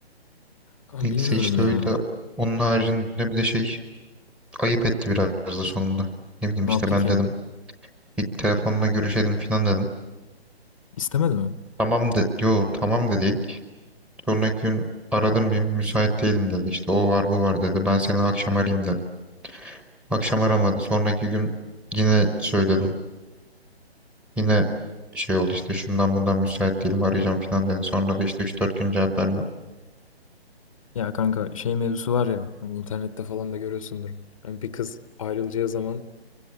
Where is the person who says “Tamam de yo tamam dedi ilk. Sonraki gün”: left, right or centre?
Centre